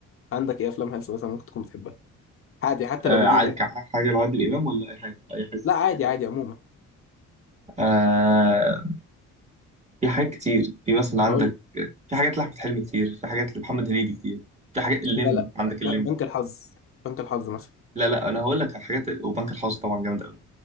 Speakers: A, on the left; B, on the right.
A: عندك ايه افلام هلس مثلا ممكن تكون بتحبها عادي حتى
B: آه
A: لو جديده
B: عادل-
A: يعني
B: حاجة لعادل إمام ولا أي حاجة أي حاجة
A: لا عادي عادي عموما
B: آه في حاجات كتير في مثلا عندك
A: هقول لك
B: في حاجات لأحمد حلمي كتير في حاجات لمحمد هنيدي كتير في حاجات الليمبي
A: لا لا
B: عندك الليمبي
A: ب- بنك الحظ بنك الحظ مثلا
B: لا لا أنا هقول لك على حاجات وبنك الحظ طبعا جامد أوي